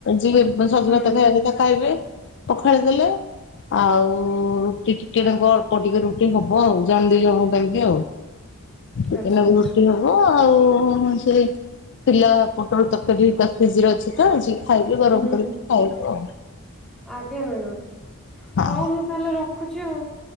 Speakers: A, on the left (about 55°); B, in the centre.
A: ଯିଏ ଉଁ ସଜ
B: ହୁଁ
A: ଭାତ ଖାଇବା କଥା ଖାଇବେ ପଖାଳି ଦେଲେ। ଆଉ ରୁଟି ଟିକେ ନାକୁ ଅଳ୍ପ ଟିକେ ରୁଟି ହବ ଆଉ ଜଣ ଦି ଜଣଙ୍କ ପାଇଁକି ଆଉ।
B: <unintelligible>
A: ଏଇନା
B: ଆଚ୍ଛା
A: କେ
B: ଆଚ୍ଛା
A: ରୁଟି ହବ। ହଁ ଆଉ ସେଇ ଥିଲା ପୋଟଳ ତରକାରୀ ତା ଫ୍ରିଜରେ ଅଛି ତ। ଖାଇବି ଗରମ
B: ହୁଁ
A: କରିକି ଖାଇବୁ ଆଉ।
B: ଆଜ୍ଞା ମ୍ୟାଡ଼ାମ
A: ହଁ
B: ହଉ ମୁଁ ତାହେଲେ ରଖୁଛି ଆଉ।